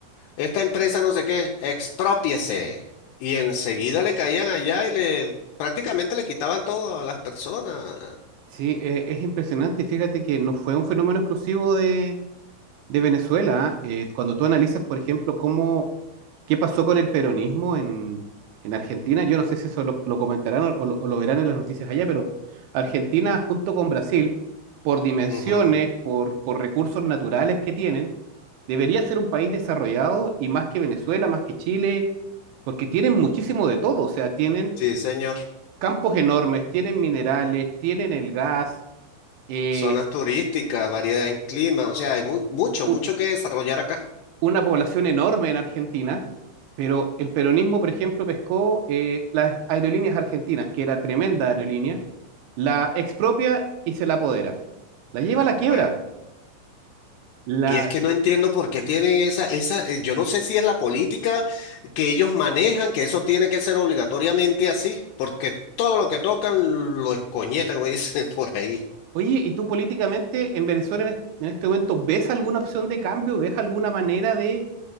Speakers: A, on the left (about 80°); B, on the right (about 80°).
A: Esta empresa no sé qué, exprópiese. Y enseguida le caían allá y le prácticamente le quitaban todo a las personas.
B: Sí, eh, es impresionante. Fíjate que no fue un fenómeno exclusivo de, de Venezuela. ¿ah? Eh, cuando tú analizas, por ejemplo, cómo qué pasó con el peronismo en, en Argentina. Yo no sé si eso lo, lo comentarán o o lo, o lo verán en las noticias allá, pero Argentina junto con Brasil, por dimensiones,
A: Ujú,
B: por, por recursos naturales que tienen, debería ser un país desarrollado y más que Venezuela, más que Chile, porque tienen muchísimo de todo, o sea, tienen
A: Sí, señor.
B: campos enormes, tienen minerales, tienen el gas, eh,
A: Zonas turísticas, variedad en clima, o sea, hay mu- mucho,
B: u-
A: mucho que desarrollar acá.
B: una población enorme en Argentina, pero el peronismo, por ejemplo, pescó eh, las aerolíneas argentinas, que era tremenda aerolínea, la expropia y se la apodera. La lleva a la quiebra.
A: Bueno.
B: La...
A: Y es que no entiendo por qué tienen esa, esa, eh, yo no sé si es la política que ellos manejan, que eso tiene que ser obligatoriamente así, porque todo lo que tocan lo escoñetan, como dicen <laughs> por ahí.
B: Oye, ¿y tú políticamente en Venezuela en este, en este momento ves alguna opción de cambio? ¿Ves alguna manera de